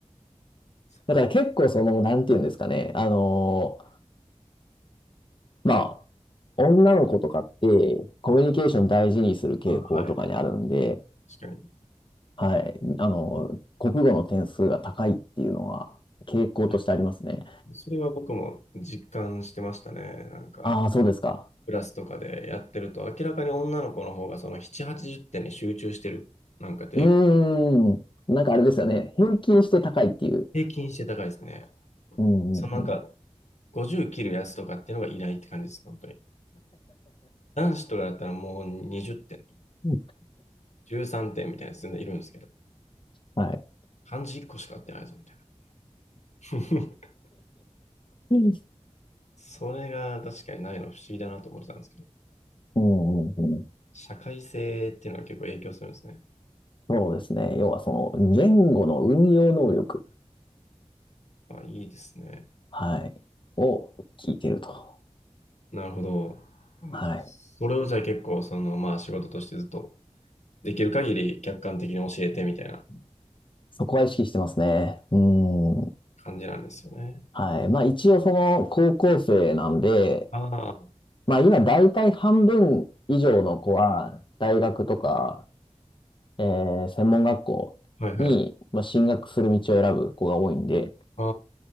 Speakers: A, on the left; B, on the left.
A: そう
B: だから結構その、なんていうんですかね。あのまあ、女の子とかって、コミュニケーション大事にする傾向とかにあるんで、
A: あ、はい。確かに。
B: はい。あの、国語の点数が高いっていうのは、傾向としてありますね。
A: いやそれは僕も実感してましたね。なんか、
B: ああ、そうですか。
A: クラスとかでやってると、明らかに女の子の方がその7、80点に集中してる。なんか平
B: うーん。なんかあれですよね。平均して高いっていう。
A: 平均して高いですね。
B: うんうん
A: そのなんか、50切るやつとかっていうのがいないって感じですね、本当に。男子とかだったらもう20点。
B: うん。
A: 13点みたいなやつ全然いるんですけど、
B: はい。
A: 漢字1個しか合ってないぞみたいな。<laughs>
B: うん
A: それが確かにないの不思議だなと思ってたんですけど、
B: うんうん。
A: 社会性っていうのが結構影響するんですね。
B: そうですね。要はその、言語の運用能力。
A: あ、いいですね。
B: はい。を聞いてると。
A: なるほど。
B: はい。
A: それをじゃあ結構、その、まあ仕事としてずっとできる限り客観的に教えてみたいな
B: そこは意識してますね。うん。
A: 感じなんですよね。
B: はい。まあ一応その高校生なんで、
A: ああ、
B: まあ今大体半分以上の子は大学とか、えー専門学校に、
A: はいはい。あ
B: まあ、進学する道を選ぶ子が多いんで、
A: あ、